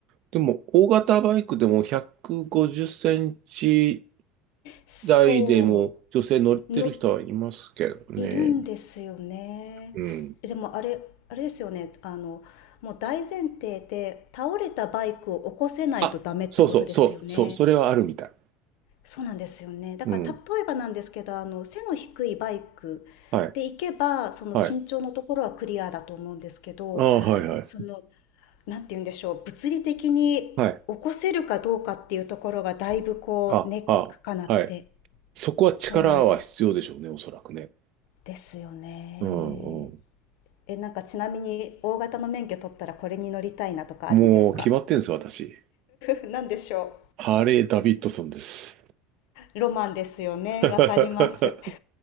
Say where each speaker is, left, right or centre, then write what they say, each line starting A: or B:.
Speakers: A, on the right; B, on the left.
A: でも、大型バイクでも150センチ
B: そ
A: 台でも女性乗ってる人はいますけどね。
B: う、の、いるんですよね。
A: うん。
B: でもあれ、あれですよね。あの、もう大前提で倒れたバイクを起こせないとダメってことですよね。
A: あ、そうそう、そう、そう、それはあるみたい。
B: そうなんですよね。だから例えばなんですけど、
A: うん。
B: あの、背の低いバイクで行けば、
A: はい、
B: その身長のところはクリアだと思うんですけど、
A: はい。ああ、はい、はい。
B: その、なんて言うんでしょう、物理的に起こせるかどうかっていうところがだいぶこうネックかなって。
A: はい。あ、あ、はい。そこは力は必要でしょうね、
B: そうなんです。
A: おそらくね。
B: ですよね。
A: うん、うん。
B: え、なんかちなみに大型の免許取ったらこれに乗りたいなとかあるんですか
A: もう決まってんですよ、私。
B: <laughs> 何でしょ
A: ハーレー・ダビッドソンです。
B: うロマンですよね。
A: <laughs> は
B: わかります。